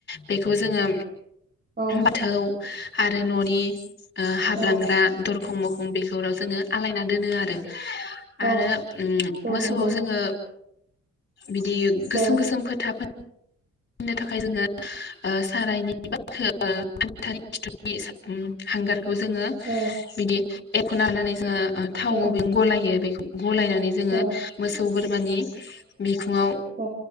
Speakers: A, on the left; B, on the right.
A: बेखौ जोङो
B: औ
A: बाथौ आरो ननि ओ हाबलांग्रा
B: औ
A: दरखं मोखं बेफोराव जोङो आलायना दोनो आरो
B: औ
A: आरो उम मोसौ
B: नंगौ
A: आव जोङो बिदि
B: औ
A: गोसोम गोसोम फोथा फोर फोननो थाखाय जोङो ओ सारायनि <unintelligible> हांगार बेखौ जोङो
B: औ
A: बिदि एख'नानै जोङो थाव
B: औ
A: <unintelligible> गलायो बेखौ गलायनानै जोङो
B: औ
A: मोसौ बोरमानि बिखुङाव
B: औ